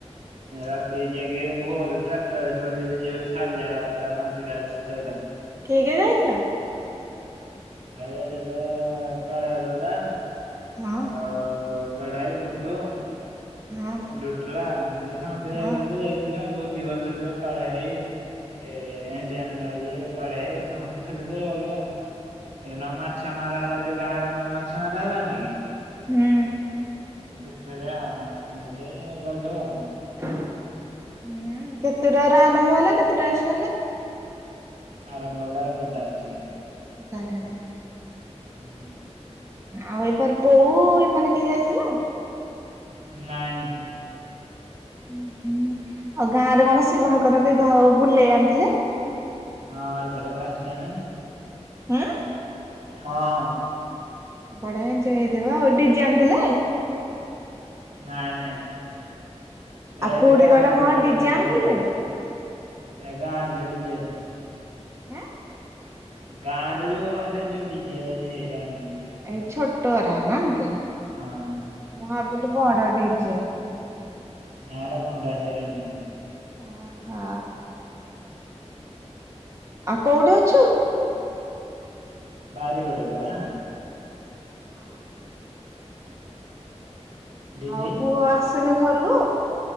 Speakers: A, on the right; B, on the right.
A: ରାତି ଯାଇକି ଭୋର ଚାରଟାରେ ସରି ଯୋଉ ସାଢେ ଚାରିଟା ପାଞ୍ଚଟା ଆସିକି ସଇଲା।
B: କିଏ କିଏ ଯାଇଥିଲା।
A: ହେଇ ଯାଇଥିଲା କାଳିଆ ଦଦା।
B: ହଁ
A: ଆଉ ବଡ ଭାଇ ଗୁଡୁ।
B: ହଁ
A: ଡୁଡିଲା ଏମିତି ସମସ୍ତେ ଯାଇଥିଲେ
B: ହଁ।
A: ଯାଇଥିଲେ। ଆଉ ଭୁ ଗ କାଳିଆାଇ ଏ ଏଣ୍ଡି ଇଏ କାଳିଆ ଭାଇ ସମସ୍ତେ ଥିଲେଇ ସେଦିନ ମାଛ ମାରା ହେଲା ଯୋଉ ଗାଁରେ ଆମର ମାଛ ମ ହେଲାନି କି।
B: ହୁଁ।
A: ସେରୋ <inaudible> ଏଇଠା ଗଲଲେ ଆଉ
B: ହୁଁ କେତେଟ ର ଆରମ୍ଭ ହେଲା କେତେଟା ଆସ ହେଲା
A: ଆରମ୍ଭଲା ଗଡ୍ଡା ଅଛି,
B: ଏ କଠରେ
A: ହୁଁ
B: ଆଉ ଏପାର ବୋଉ ମାନେ କିଏ ଯାଇଥିଲେ
A: ନାଇଁ
B: ହୁଁ ହୁଁ ଆଉ ଗାଁରେ କୌଣସି ବାହାଙ୍କର ବିିବାହ ବୁଲେଇ ଆଣିଥିଲେ
A: ହଁ ଏଇ ଧର ଫାଷ୍ଟ ଟାଇମେ
B: ହଁ
A: ହଁ
B: ବଢିଆ ଏଜୟ ହେଇଥିବ ଆଉ ଦ ଜାଣିଥିଲା
A: ନାଇଁ ନହିଁ ହେ
B: ଆଉ କୋଉଠି
A: ଯା ଆ
B: କହିଲ
A: ଯଟାଁ ଜେଡ଼ିଜାଜ
B: ହଁ ଡିଜେ ଆଣିଥିଲେ ଆଁ
A: ଗାଁ ରେ ଯୋଉ ଆରେ ଯୋଉ ଡିଜେ ରାଜ ହେଇରାଣି
B: ଏଇ ଛୋଟରା ନାକ <inaudible>
A: ହଁ
B: ଭାବିଲି ବଡ଼ଟେ ହେଇଛି।
A: ନାଇଁ ଏଟା ପଣ୍ଡା ସାହିରୁ ଆଣିଥିଲେ।
B: ଓ ହୋ ଆଉ କୋଉଠି ଅଛୁ?
A: ଭାରି ପଟେ ପରା?
B: ଆଁ
A: ଦିଦି
B: ଆଉ ପୁଅ ଆସିନି? ଘରକୁ